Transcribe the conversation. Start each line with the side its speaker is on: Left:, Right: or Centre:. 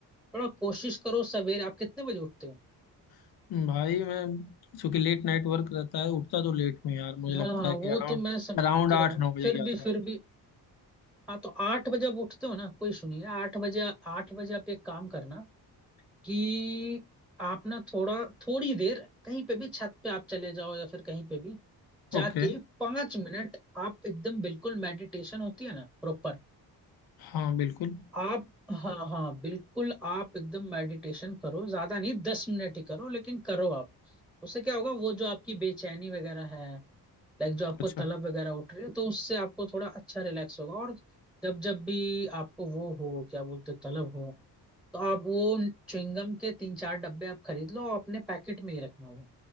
Centre: थोड़ा कोशिश करो सवेरे आप कितने बजे उठते हो
Left: हम्म, भाई मैं चूंकि लेट नाइट वर्क रहता है उठता तो लेट हूँ यार मुझे लगता
Centre: हाँ हाँ
Left: है कि
Centre: वो
Left: अराउंड
Centre: तो मैं समझ
Left: अराउंड आठ
Centre: रहा हूँ
Left: नौ बजे
Centre: फिर
Left: के
Centre: भी
Left: आसपास
Centre: फिर भी हाँ तो आठ बजे आप उठते हो ना कोई सुनिए आठ बजे आठ बजे आप एक काम करना कि आप ना थोड़ा थोड़ी देर कहीं पे भी छत पे आप चले जाओ या फिर कहीं पे भी जाके
Left: ओके
Centre: पांच मिनट आप एकदम बिल्कुल मेडिटेशन होती है ना प्रॉपर
Left: हाँ बिल्कुल
Centre: आप हाँ हाँ बिल्कुल आप एकदम मेडिटेशन करो ज्यादा नहीं दस मिनट ही करो लेकिन करो आप उससे क्या होगा वो जो आपकी बेचैनी वगैरह है लाइक जो आपको
Left: अच्छा
Centre: तलब वगैरह उठ रही है तो उससे आपको थोड़ा अच्छा रिलैक्स होगा और जब जब भी आपको वो हो क्या बोलते हैं, तलब हो तो आप वो च्युइंगम के तीन चार डब्बे आप खरीद लो और अपने पैकेट में ही रखना वो